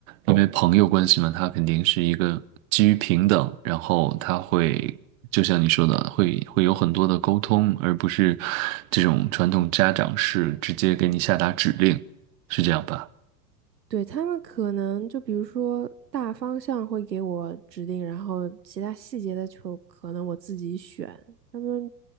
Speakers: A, on the right (about 55°); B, on the right (about 80°).
A: 因为朋友关系嘛，他肯定是一个基于平等，然后他会就像你说的，会会有很多的沟通，而不是这种传统家长式直接给你下达指令，是这样吧？
B: 对，他们可能就比如说大方向会给我指定，然后其他细节的就可能我自己选。他们